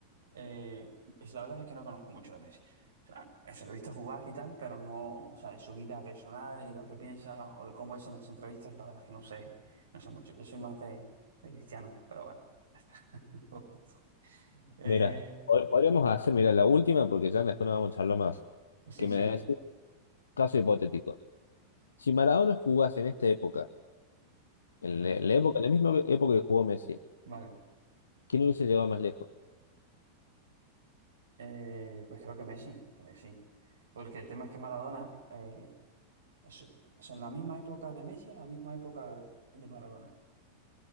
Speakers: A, on the right; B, on the left.
A: Eh, es, la verdad es que no conozco mucho de Messi. O sea, se lo he visto jugar y tal, pero no, o sea, de su vida personal y de lo que piensa o de cómo es en las entrevistas, la verdad es que no sé, no sé mucho. Yo soy más de, de Cristiano, pero bueno, ya está. <laughs> Eh,
B: Mira, pod- podríamos hacer, mira, la última, porque ya después no vamos a charlar más.
A: sí,
B: Que
A: sí.
B: me des un caso hipotético. Si Maradona jugase en esta época, en
A: Uy,
B: la, en la época, en la misma época que jugó Messi,
A: Vale.
B: ¿quién hubiese llegado más lejos?
A: Eh, pues creo que Messi, que Messi. Porque el tema es que Maradona, eh, es, o sea, en la misma época de Messi o la misma época de Maradona.